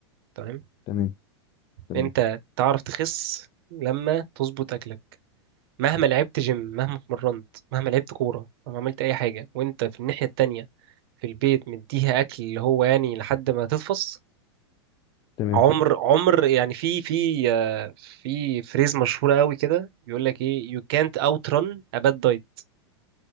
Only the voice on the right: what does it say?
تمام
انت تعرف تخس لما تظبط اكلك مهما لعبت جيم مهما اتمرنت مهما لعبت كوره مهما عملت اي حاجه وانت في الناحيه التانية في البيت مديها اكل اللي هو يعني لحد ما تتفص
عمر عمر يعني في في آه، في فريز مشهوره قوي كده بيقول لك ايه you can't outrun a bad diet